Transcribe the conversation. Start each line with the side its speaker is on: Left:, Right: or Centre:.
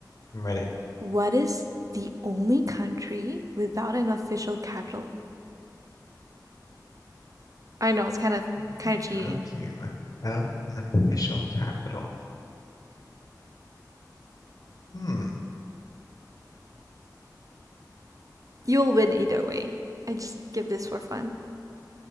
Left: I'm ready.
Right: What is the only country without an official capital? I know it's kind of
Left: Only
Right: kind of cheating.
Left: country without an official capital. Hmm.
Right: You'll win either way. I just give this for fun.